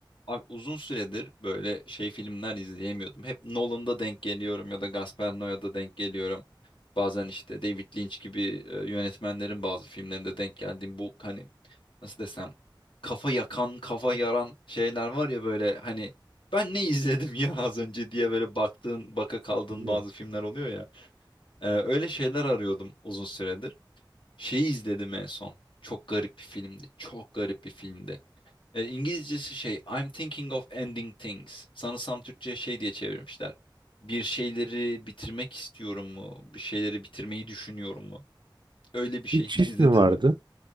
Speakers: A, on the left (about 80°); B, on the right (about 65°).
A: Abi uzun süredir böyle şey filmler izleyemiyordum. Hep Nolan'da denk geliyorum ya da Gaspar Noé'da denk geliyorum. Bazen işte David Lynch gibi e, yönetmenlerin bazı filmlerinde denk geldiğim bu hani nasıl desem kafa yakan, kafa yaran şeyler var ya böyle hani ben ne izledim ya <laughs> az önce diye böyle baktığın, baka kaldığın
B: Bilmiyorum.
A: bazı filmler oluyor ya. Ee, öyle şeyler arıyordum uzun süredir. Şeyi izledim en son. Çok garip bir filmdi. Çok garip bir filmdi. E, İngilizcesi şey I'm thinking of ending things. Sanırsam Türkçe şey diye çevirmişler. Bir şeyleri bitirmek istiyorum mu? Bir şeyleri bitirmeyi düşünüyorum mu? Öyle bir şey
B: Bir çift
A: hiç izledin
B: mi vardı?
A: mi?